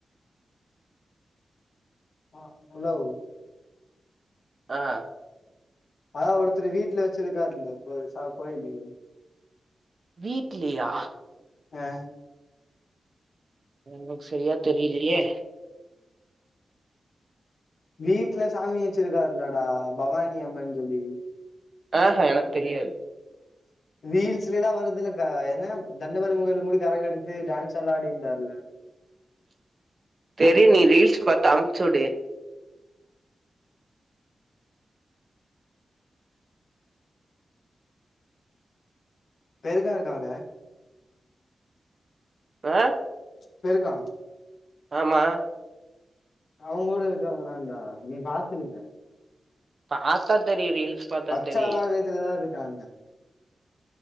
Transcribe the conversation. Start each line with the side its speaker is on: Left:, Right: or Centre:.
Left: ஆ ஹலவ்
Right: ஆ
Left: அதா ஒருத்தர் வீட்ல வச்சிருக்காருல்ல போய் சா கோயிலி
Right: வீட்லியா
Left: ஆ
Right: எனக் செரியா தெரிலியே
Left: வீட்ல சாமி வச்சுருக்காருல்லடா பவானி அம்மன் சொல்லி
Right: ஆஹ எனக் தெரியாது
Left: ரீல்ஸ்லைலா வருதுல்ல க என்ன தண்டுமாரியம்மன் கோயில் முடியு கரக எடுத்து டான்ஸ் எல்லா ஆடிருந்தாருல
Right: தெரி நீ ரீல்ஸ் பாத்து அம்ச்சுடு
Left: பெருக்கா இருக்காங்க
Right: அ
Left: பெருக்கா
Right: ஆமா
Left: அவுங்களோட இருக்காங்களான்டா நீ பாத்துருக்க
Right: பாத்தா தெரியு ரீல்ஸ் பாத்தா
Left: பச்சாபாளயத்துலதா
Right: தெரியு
Left: இருக்காங்க